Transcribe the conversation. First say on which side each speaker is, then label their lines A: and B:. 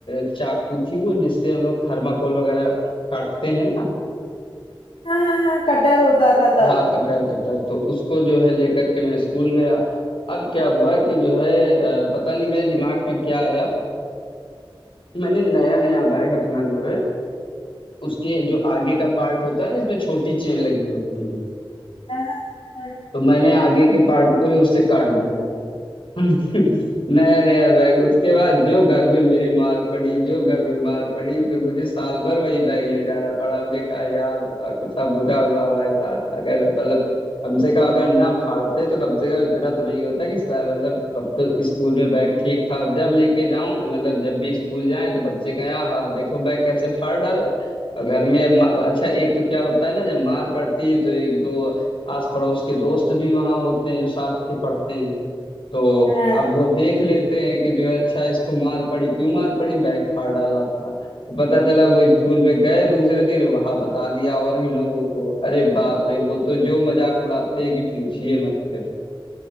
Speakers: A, on the left; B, on the left.
A: अ, चाकू थी वो जिससे हम लोग थर्माकोल वगैरह काटते हैं ना
B: हाँ हाँ हाँ कटर होता था तब
A: हाँ कटर कटर तो उसको जो है लेकर के मैं स्कूल गया अब क्या हुआ कि जो है अ, पता नहीं मेरे दिमाग में क्या आया मैंने नया नया बैग अपना जो है उसके जो आगे का पार्ट होता है इसमें छोटी चेन लगी होती है
B: हाँ हाँ हाँ
A: तो मैंने आगे के पार्ट को ही उससे काट दिया नया नया बैग उसके बाद जो घर में मेरे मार पड़ी जो घर में मार पड़ी फिर मुझे साल भर वही बैग ले जाना पड़ा हमने कहा यार बताओ कितना बुरा हुआ हमारे साथ अगर मतलब हमसे कहा अगर ना फाड़ते तो कम से कम इतना तो नहीं होता कि सा- मतलब तब तो स्कूल में बैग ठीक था और जब लेके जाऊं मतलब जब भी स्कूल जाए तो बच्चे कहें आहा देखो बैग कैसे फाड़ डाला और घर में अब मा- अच्छा एक तो क्या होता है ना जब मार पड़ती है तो एक दो आस पड़ोस के दोस्त भी वहां होते हैं जो साथ के पढ़ते हैं तो
B: हाँ,
A: अब वो देख लेते हैं कि जो है अच्छा इसको मार पड़ी क्यों मार पड़ी बैग फाड़ डाला था तो पता चला वो स्कूल पे गए दूसरे दिन वहां बता दिया और भी लोगों को अरे बाप रे वो तो जो मजाक उड़ाते हैं कि पूछिए मत फिर